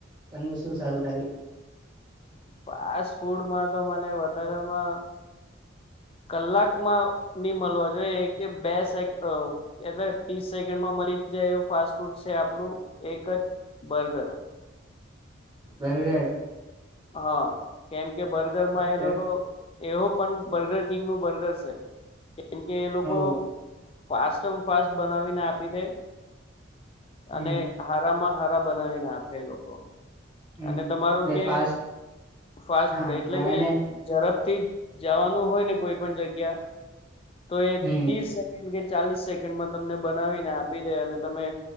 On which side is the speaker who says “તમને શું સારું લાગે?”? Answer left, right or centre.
Right